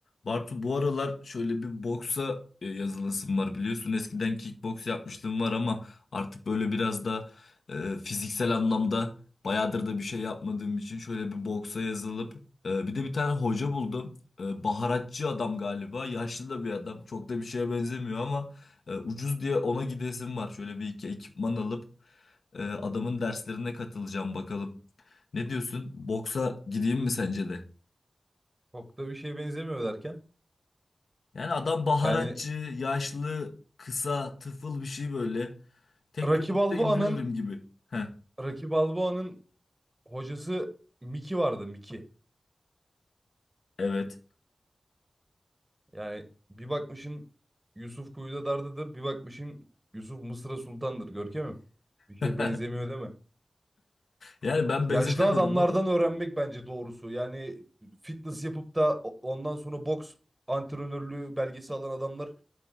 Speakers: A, on the left; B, on the right.
A: Bartu bu aralar şöyle bir boksa e, yazılasım var biliyorsun eskiden kickboks yapmışlığım var ama artık böyle biraz da e, fiziksel anlamda bayağıdır da bir şey yapmadığım için şöyle bir boksa yazılıp e, bir de bir tane hoca buldum. E, baharatçı adam galiba yaşlı da bir adam çok da bir şeye benzemiyor ama e, ucuz diye ona gidesim var şöyle bir iki ekipman alıp e, adamın derslerine katılacağım bakalım. Ne diyorsun boksa gideyim mi sence de?
B: Çok da bir şeye benzemiyor derken.
A: Yani adam baharatçı,
B: Yani
A: yaşlı, kısa, tıfıl bir şey böyle. Tek
B: Rocky
A: yumrukta
B: Balboa'nın
A: indiririm gibi. Heh,
B: Rocky Balboa'nın hocası Mickey vardı Mickey.
A: evet.
B: Yani bir bakmışın Yusuf Kuyuda Dardı'dır. Bir bakmışın Yusuf Mısır'a Sultan'dır. Görkem'im. Bir şeye
A: <laughs>
B: benzemiyor değil mi?
A: Yani ben
B: Yaşlı
A: benzetemedim
B: adamlardan
A: ama
B: öğrenmek bence doğrusu. Yani fitness yapıp da o- ondan sonra boks antrenörlüğü belgesi alan adamlar